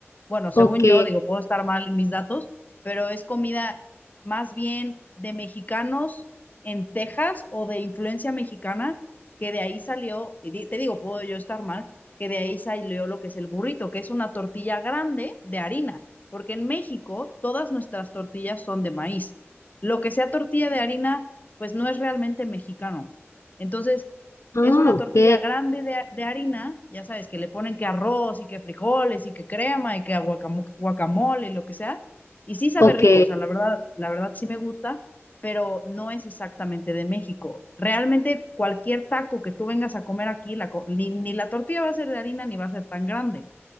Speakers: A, on the left (about 35°); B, on the left (about 80°).
A: Bueno, según
B: ok.
A: yo, digo, puedo estar mal en mis datos, pero es comida más bien de mexicanos en Texas o de influencia mexicana, que de ahí salió, y di- te digo, puedo yo estar mal, que de ahí salió lo que es el burrito, que es una tortilla grande de harina, porque en México todas nuestras tortillas son de maíz. Lo que sea tortilla de harina, pues no es realmente mexicano. Entonces,
B: Ah,
A: es una
B: ok.
A: tortilla grande de, de harina, ya sabes, que le ponen que arroz y que frijoles y que crema y que guacamo- guacamole y lo que sea. Y sí sabe
B: Ok.
A: rico, o sea, la verdad, la verdad sí me gusta, pero no es exactamente de México. Realmente cualquier taco que tú vengas a comer aquí, la co- ni, ni la tortilla va a ser de harina ni va a ser tan grande.